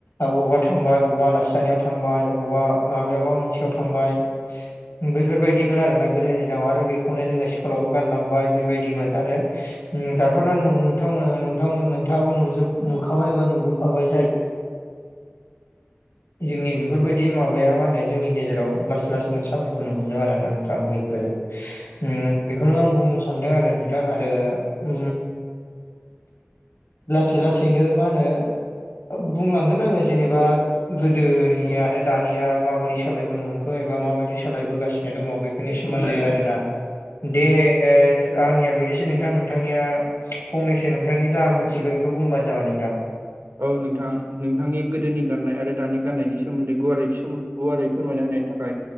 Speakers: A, on the left; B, on the right.
A: अबावबा थांबाय अबावबा आलासि जानायाव थांबाय अबावबा माबाबा मोनसेयाव थांबाय बेफोरबायदिमोन आरोना गोदोनि दिनाव आरो बेखौनो जोङो स्कुलावबो गानलांबाय बेबायदिमोन आरो <inaudible> दाथ' दा नोंथांमोना नोंथां नोंथाङाबो नुजोब नुखाबाय बा नुबोखाबाय जाय जोंनि बेफोरबायदि माबा माबाया मा होनो जोंनि गेजेराव लासै लासैनो साफिबोनो हमदों आरो ना नोंथां बैफोरो उम बेखौनो आं बुंनो सानदों आरो नोंथां। आरो उम लासै लासैनो मा होनो ओ बुंलांगोन आङो जेनेबा गोदोनि आरो दानिया माबायदि सोलायबोनो हमख एबा माबायदि सोलायबोगासिनो दङ। बै फोरनि सोमोन्दै आरोना दे ओ आंनिया बेनोसै नोंथां नोंथांनिया फंनैसो नोंथांनि जा मोनथिगौ बेखौ बुंबानो जाबाय नोंथां।
B: औ नोंथां नोंथांनि गोदोनि गाननाय आरो दानि गाननायनि सोमोन्दै गुवारै सोमो गुवारै फोरमायना होनायनि थाखाय